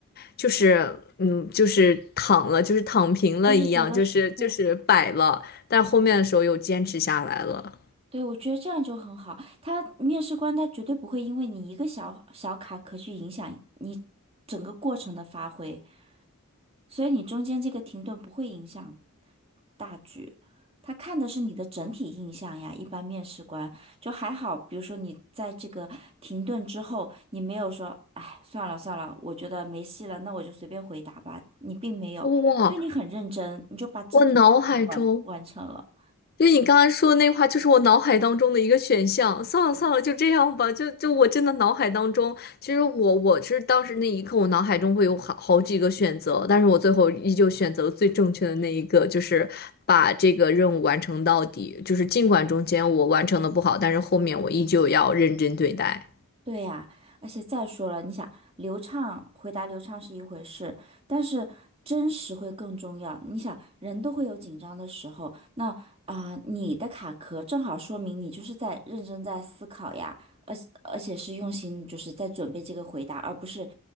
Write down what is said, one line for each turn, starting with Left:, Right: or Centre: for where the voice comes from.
Left: 就是嗯，就是躺了，就是躺平了一样，
Right: 就是觉得是，
Left: 就是就是摆了。
Right: 对，
Left: 但后面的时候又坚持下来了。
Right: 对，我觉得这样就很好。他面试官他绝对不会因为你一个小小卡壳去影响你整个过程的发挥，所以你中间这个停顿不会影响大局。他看的是你的整体印象呀。一般面试官就还好，比如说你在这个停顿之后，你没有说“哎，算了算了，我觉得没戏了，那我就随便回答吧”，你并没有，
Left: 哇，
Right: 所以你很认真，你就把这场完完成了。
Left: 我脑海中就是你刚才说的那话，就是我脑海当中的一个选项。算了算了，就这样吧。就就我真的脑海当中，其实我我是当时那一刻，我脑海中会有好好几个选择，但是我最后依旧选择了最正确的那一个，就是把这个任务完成到底。就是尽管中间我完成的不好，但是后面我依旧要认真对待。
Right: 对呀，而且再说了，你想流畅，回答流畅是一回事，但是真实会更重要。你想，人都会有紧张的时候，那啊、你的卡壳正好说明你就是在认真在思考呀，而而且是用心，就是在准备这个回答，而不是